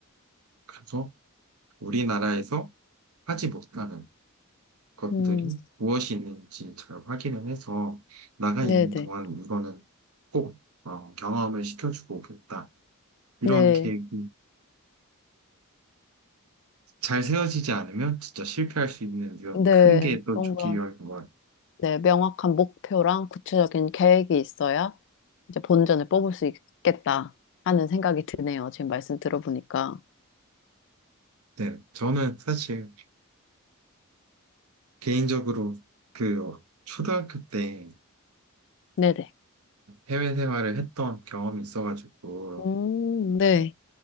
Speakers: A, on the right (about 85°); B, on the left (about 55°).
A: 가서 우리나라에서 하지 못하는 것들이
B: 음,
A: 무엇이 있는지 잘 확인을 해서 나가
B: 네,
A: 있는
B: 네.
A: 동안 이거는 꼭 어, 경험을 시켜주고 오겠다. 이런
B: 네,
A: 계획이 잘 세워지지 않으면 진짜 실패할 수 있는 이런
B: 네.
A: 큰 게 또
B: 뭔가,
A: 조기유학인 것 같아요.
B: 네, 명확한 목표랑 구체적인 계획이 있어야 이제 본전을 뽑을 수 있겠다 하는 생각이 드네요. 지금 말씀 들어보니까.
A: 네, 저는 사실 개인적으로 그 초등학교 때
B: 네네.
A: 해외 생활을 했던 경험이 있어가지고,
B: 음, 네.
A: 네.